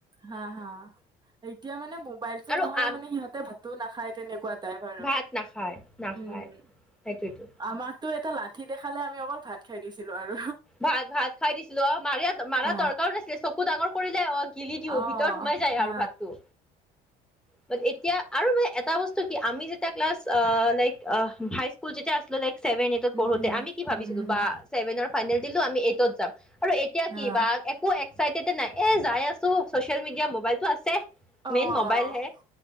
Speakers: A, on the right; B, in the centre.
A: হা হা এতিয়া মানে মোবাইলতটো
B: আৰু
A: নহলে
B: আ
A: মানে সিহঁতে ভাত একো নাখায়, তেনেকুৱা তাই বাৰু।
B: ভাত নাখায় নাখায়
A: উম।
B: সেইটোৱেতো
A: আমাক ত, এটা লাঠি দেখালে আমি অকল ভাত খাই দিছিলো আৰু
B: ভাত, ভাত খাই দিছিলো আৰু, মাৰেই, মাৰা
A: হা
B: দৰকাৰও নাছিলে, চকু ডাঙৰ কৰিলে হ'ল। গিলি দিওঁ,
A: অ
B: ভিতৰত সোমাই যায়
A: হা
B: আৰু ভাতটো। <unintelligible> এতিয়া আৰু এটা বস্তু কি, আমি যেতিয়া ক্লাছ অ', লাইক অ', হাইস্কুল যেতিয়া আছিলো লাইক ছেভেন, এইটত
A: উম
B: পঢ়োঁতে,
A: উম
B: আমি কি ভাবিছিলোঁ,
A: উম হম
B: বা ছেভেনৰ ফাইনেল দিলোঁ, আমি এইটত যাম। আৰু, এতিয়া
A: হা
B: কি, বা একো একচাইট তেতিয়া নাই। এ যাই আছো, চচিয়েল মিডিয়া মোবাইলটো আছে। মেইন
A: অ
B: মোবাইল হে।